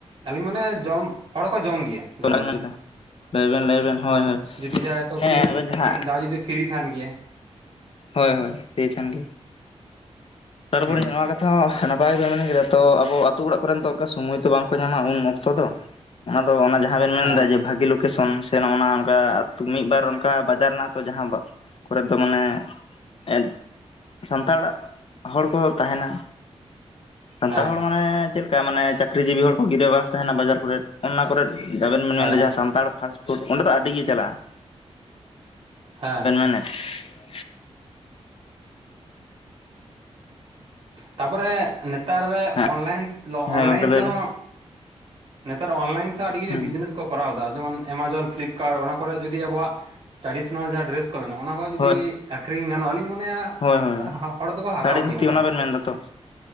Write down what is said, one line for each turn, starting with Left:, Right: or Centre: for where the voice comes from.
Right: ᱟᱞᱤᱧ ᱢᱟᱱᱮ ᱡᱚᱢ ᱦᱚᱲ ᱦᱚᱸᱠᱚ ᱡᱚᱢ ᱜᱮᱭᱟ᱾
Left: <unintelligible>
Right: ᱡᱚᱢ ᱫᱚ
Left: ᱞᱟᱹᱭ ᱵᱮᱱ, ᱞᱟᱹᱭ ᱵᱮᱱ, ᱦᱳᱭ ᱦᱳᱭ᱾
Right: ᱡᱩᱫᱤ ᱡᱟᱦᱟᱸᱭ ᱛᱚ
Left: ᱦᱮᱸ
Right: ᱯᱷᱤᱨ
Left: ᱟᱫᱚ ᱡᱟᱦᱟᱸ
Right: ᱡᱟᱦᱟᱸᱭ ᱡᱩᱫᱤ ᱯᱷᱤᱨᱤ ᱛᱟᱦᱮᱱ ᱜᱮᱭᱟ
Left: ᱦᱳᱭ ᱦᱳᱭ ᱥᱮᱭ ᱜᱮ᱾ ᱛᱟᱨᱯᱚᱨᱮ
Right: ᱦᱩᱸ
Left: ᱱᱚᱣᱟ ᱠᱟᱛᱮ ᱟᱦ ᱱᱟᱯᱟᱭ ᱜᱮ ᱯᱮ ᱢᱤᱱᱟᱹᱧ ᱠᱮᱫᱟ ᱛᱚ ᱟᱵᱚ ᱟᱛᱩ ᱚᱲᱟᱜ ᱠᱚᱨᱮᱱ ᱫᱚ ᱚᱱᱠᱟ ᱥᱚᱢᱚᱭ ᱛᱚ ᱵᱟᱝᱠᱚ ᱧᱟᱢᱟ ᱩᱱ ᱚᱠᱛᱚ ᱫᱚ᱾ ᱟᱫᱚ ᱚᱱᱟ ᱡᱟᱦᱟᱸ ᱵᱮᱱ ᱢᱮᱱ
Right: ᱦᱮᱸ
Left: ᱮᱫᱟ ᱡᱮ ᱵᱷᱟᱹᱜᱤ ᱞᱳᱠᱮᱥᱚᱱ᱾ ᱥᱮ ᱱᱚᱜᱼᱱᱟ ᱚᱱᱠᱟ ᱟᱹᱛᱩ ᱢᱤᱫ ᱵᱟᱨ ᱚᱱᱠᱟ ᱵᱟᱡᱟᱨ ᱢᱮᱱᱟᱜ ᱟᱛ ᱡᱟᱦᱟᱸ ᱠᱚᱨᱮ ᱫᱚ ᱢᱟᱱᱮ ᱮᱫ ᱥᱟᱱᱛᱟᱲ ᱦᱚᱲ ᱠᱚ ᱛᱟᱦᱮᱱ-ᱟ ᱾ ᱥᱟᱱᱛᱟᱲ
Right: ᱦᱮᱸ
Left: ᱦᱚᱲ ᱢᱟᱱᱮ ᱪᱮᱫ ᱞᱮᱠᱟ ᱢᱟᱱᱮ ᱪᱟᱹᱠᱨᱤ ᱡᱤᱵᱤ ᱦᱚᱲ ᱠᱚ ᱜᱤᱨᱟᱹ ᱵᱟᱥ ᱛᱟᱦᱮᱱᱟ ᱵᱟᱡᱟᱨ ᱠᱚᱨᱮ ᱾ ᱚᱱᱟ ᱠᱚᱨᱮ ᱟᱵᱮᱱ ᱵᱮᱱ
Right: ᱦᱮᱸ
Left: ᱢᱮᱱᱫᱟ ᱡᱟᱦᱟᱸ ᱥᱟᱱᱛᱟᱲ ᱯᱷᱟᱥ ᱴᱯᱷᱩᱰ ᱚᱸᱰᱮ ᱫᱚ ᱟᱹᱰᱤ ᱜᱮ ᱪᱟᱞᱟᱜ-ᱟ ᱾
Right: ᱦᱮᱸ ᱾
Left: <unintelligible>
Right: ᱛᱟᱯᱚᱨᱮ ᱱᱮᱛᱟᱨ ᱨᱮ
Left: ᱦᱮᱸ
Right: ᱚᱱᱞᱟᱭᱤᱱ
Left: ᱦᱮᱸ
Right: ᱚᱱᱞᱟᱭᱤᱱ
Left: ᱜᱚᱝᱠᱮ ᱞᱟᱹᱭ
Right: ᱛᱮᱦᱚᱸ
Left: ᱵᱮᱱ
Right: ᱮᱛᱟᱨ ᱚᱱᱞᱟᱭᱤᱱ ᱛᱮᱦᱚᱸ
Left: ᱦᱮᱸ
Right: ᱵᱤᱡᱱᱮᱥ ᱠᱚ ᱠᱚᱨᱟᱣ ᱫᱟ ᱡᱮᱢᱚᱱ ᱮᱢᱟᱡᱚᱱ, ᱯᱷᱤᱞᱤᱯᱠᱟᱨ, ᱚᱱᱟ ᱠᱚᱨᱮ ᱡᱩᱫᱤ ᱟᱵᱚᱣᱟᱜ ᱴᱟᱰᱤᱥᱚᱱᱟᱞ ᱡᱟᱦᱟᱸ ᱰᱨᱮᱥ ᱠᱚ ᱢᱮᱱᱟᱜ-ᱟ ᱚᱱᱟ ᱠᱚ ᱡᱩᱫᱤ
Left: ᱦᱳᱭ
Right: ᱟᱹᱷᱨᱤᱧ ᱜᱟᱱᱚᱜ-ᱟ, ᱟᱹᱞᱤᱧ ᱢᱚᱱᱮᱭᱟ
Left: ᱦᱳᱭ ᱦᱳᱭ
Right: ᱦᱚᱲ ᱫᱚᱠᱚ
Left: ᱥᱟᱹᱲᱤ
Right: ᱛᱟᱣ
Left: ᱫᱷᱩᱛᱤ
Right: ᱠᱮᱭᱟ ᱢᱚᱱᱮ
Left: ᱚᱱᱟ
Right: ᱦᱚᱸᱭ
Left: ᱵᱮᱱ ᱢᱮᱱ ᱫᱟᱛᱚ